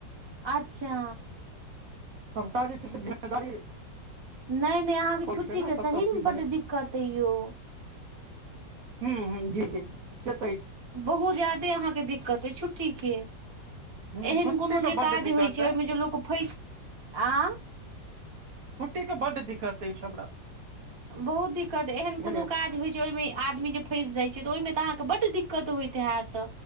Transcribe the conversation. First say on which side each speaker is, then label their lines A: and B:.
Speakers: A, on the right (about 25°); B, on the right (about 60°).
A: अच्छा
B: सबटा जे छै से जिम्मेदारी
A: नहि नहि अहाँके छुट्टी
B: छै <unintelligible>
A: के
B: ने
A: सही
B: कतऽ
A: मे
B: कि
A: बड्ड
B: भेलै?
A: दिक्कत अइ यौ
B: हूं -हूं जी -जी से तऽ अछि
A: बहुत ज्यादे अहाँके दिक्कत अइ छुट्टीे के।
B: अछि
A: एहन
B: छुट्टी
A: कोनो
B: के
A: जे
B: बड्ड
A: काज
B: दिक्कत
A: होइ छै
B: अइ
A: ओहिमे जे लोक फैस आँ
B: छुट्टीे के बड्ड दिक्कत अइच हमरा।
A: बड दिक्कत एहन कोनो
B: बुझलियै
A: काज होइ छै, ओहिमे आदमी जे फसि जाइ छै, त ओहिमे तऽहाँके बड दिक्कत होइत हैत।